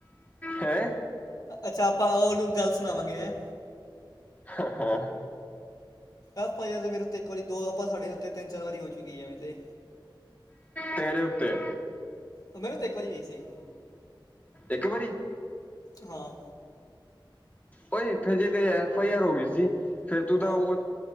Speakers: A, on the left; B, on the left.
A: ਹੈਂ
B: ਅੱਛਾ ਆਪਾਂ ਉਹਨੂੰ ਗੱਲ ਸੁਨਾਵਾਂਗੇ, ਹੈ
A: ਹਾਂ- ਹਾਂ
B: ਐਫ ਆਈ ਆਰ ਤੇ ਮੇਰੇ ਉੱਤੇ ਇੱਕ ਵਾਰੀ ਦੋ ਆਪਾ ਸਾਡੇ ਉੱਤੇ ਤਿੰਨ ਚਾਰ ਵਾਰੀ ਹੋ ਚੁੱਕੀ ਹੈ ਐਵੇਂ ਤੇ
A: ਤੇਰੇ ਉੱਤੇ
B: ਉਹ ਮੇਨੂੰ ਤੇ ਇੱਕ ਵਾਰੀ ਵੀ ਸੀ
A: ਇੱਕ ਵਾਰੀ
B: ਹਾਂ
A: ਓਹੇ ਫੇਿਰ ਜੇ ਤੇਰੀ ਐਫ ਆਈ ਆਰ ਹੋ ਗਈ ਸੀ, ਫੇਿਰ ਤੂੰ ਤਾਂ
B: ਹਾਂ
A: ਉਹ